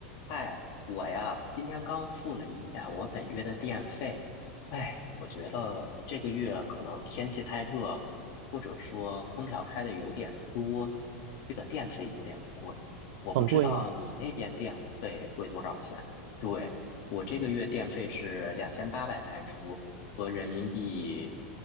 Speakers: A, on the left; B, on the right.
A: 嗨，我呀，今天刚付了一下我本月的电费。哎，我觉得这个月可能天气太热，或者说空调开的有点多，这个电费有点贵。我不知道你那边电费贵多少钱？
B: 很贵吗？
A: 对，我这个月电费是两千八百泰铢，合人民币，